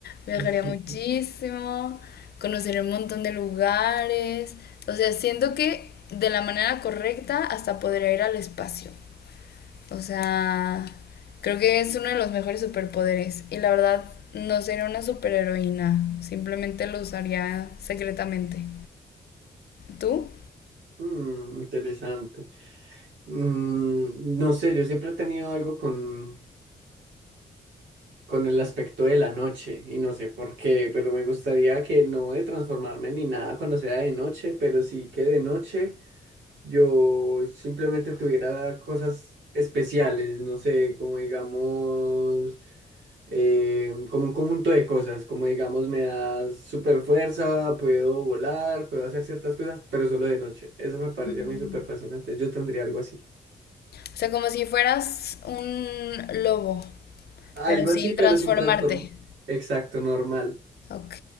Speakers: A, on the left; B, on the right.
A: Viajaría
B: <laughs>
A: muchísimo. Conocer un montón de lugares. O sea, siento que de la manera correcta hasta podría ir al espacio. O sea, creo que es uno de los mejores superpoderes. Y la verdad, no sería una superheroína. Simplemente lo usaría secretamente. ¿Tú?
B: Mm, interesante. Mm, no sé, yo siempre he tenido algo con, con el aspecto de la noche y no sé por qué, pero me gustaría que no de transformarme ni nada cuando sea de noche, pero sí que de noche yo simplemente tuviera cosas especiales, no sé, como digamos... eh, como un conjunto de cosas, como digamos me da super fuerza, puedo volar, puedo hacer ciertas cosas, pero solo de noche. Eso me parece
A: Mm.
B: a mí súper fascinante. Yo tendría algo así.
A: O sea, como si fueras un lobo,
B: Algo
A: pero sin
B: así, pero
A: transformarte.
B: sin transformar. Exacto, normal.
A: Ok,